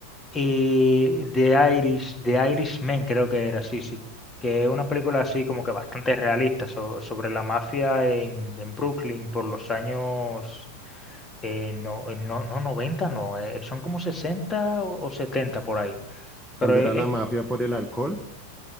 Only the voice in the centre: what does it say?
Cuando
era la mafia por el alcohol,